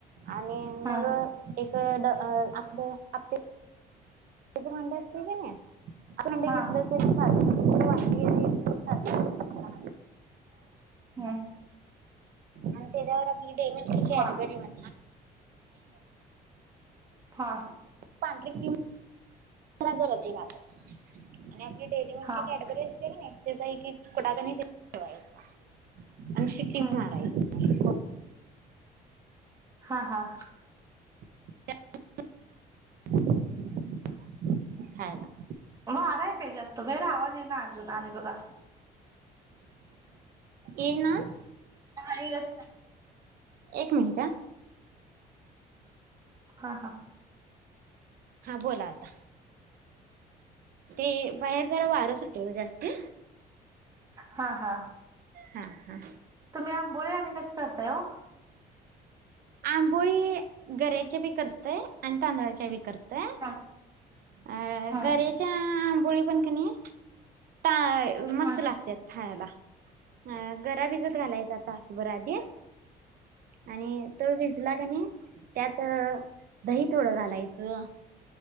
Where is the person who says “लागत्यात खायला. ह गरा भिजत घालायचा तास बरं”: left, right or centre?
Right